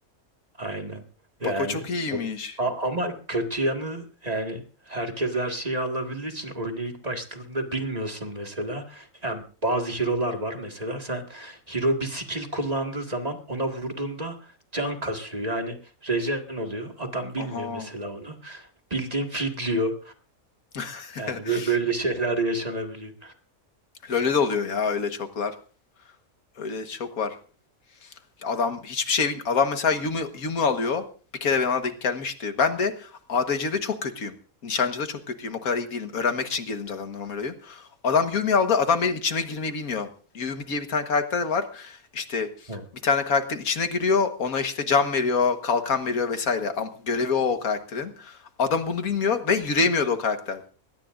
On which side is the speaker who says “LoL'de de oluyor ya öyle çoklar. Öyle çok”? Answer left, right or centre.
Left